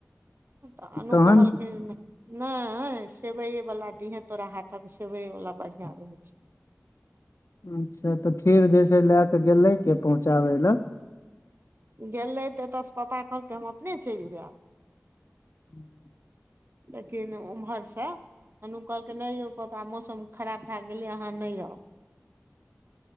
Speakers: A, on the right; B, on the left.
A: त अनु
B: तहन
A: कहलकै नहि सेवइए वाला दिहे तोरा हाथक सेवइए वाला बढ़िया रहे छै
B: अच्छा त फेर जे छै लए क गेले के पहुँचाबै लए
A: गेलै तऽ एतयसँ पापा कहलकै हम अपने चलि जायब।
B: हूँ
A: लकिन ओम्हरसँ। अन्नू कहलकै नहि यौ पप्पा मौसम खराब भए गेलै अहाँ नहि आउ।